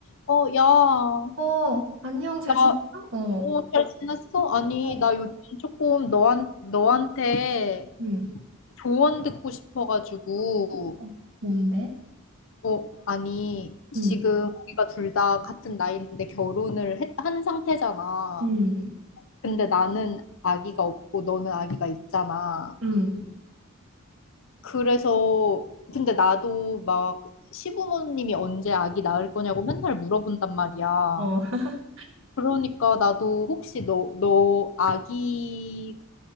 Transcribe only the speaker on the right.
어, 안녕, 잘
지냈어?
어,
어,
음,
어, 뭔데?
음,
음,
음,
어, <laughs>